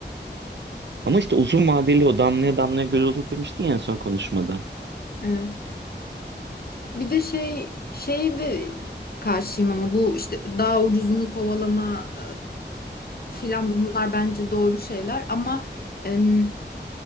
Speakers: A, on the right (about 75°); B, on the left (about 55°).
A: Ama işte uzun vadeli o damlaya damlaya göl olur demiştin ya en son konuşmada.
B: Evet. Bir de şey şey de karşıyım ama bu işte daha ucuzunu kovalama e, filan bunlar bence doğru şeyler ama em,